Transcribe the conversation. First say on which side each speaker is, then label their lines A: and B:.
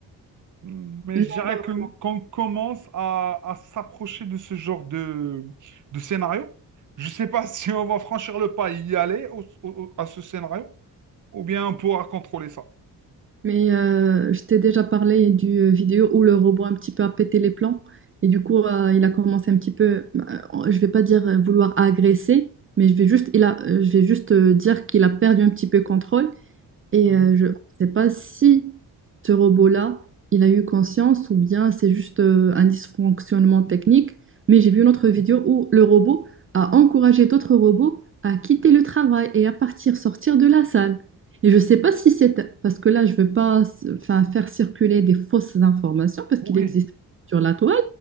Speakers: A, on the right; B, on the right.
A: Mm, Mais
B: Non,
A: je dirais
B: pas
A: que-
B: vraiment.
A: qu'on commence à, à s'approcher de ce genre de, de scénario. Je sais pas <laughs> si on va franchir le pas et y aller au- au- à ce scénario, ou bien on pourra contrôler ça.
B: Mais euh, je t'ai déjà parlé du euh, vidéo où le robot un petit peu a pété les plombs. Et du coup, euh, il a commencé un petit peu, euh, je vais pas dire euh, vouloir agresser, mais je vais juste, il a, euh, je vais juste euh, dire qu'il a perdu un petit peu contrôle. Et
A: Mhm.
B: euh, je ne sais pas si ce robot-là, il a eu conscience ou bien c'est juste euh, un dysfonctionnement technique, mais j'ai vu une autre vidéo où le robot a encouragé d'autres robots à quitter le travail et à partir, sortir de la salle. Et je ne sais pas si c'est... Parce que là, je ne veux pas enfin, faire circuler des fausses informations parce
A: Oui.
B: qu'il existe sur la toile,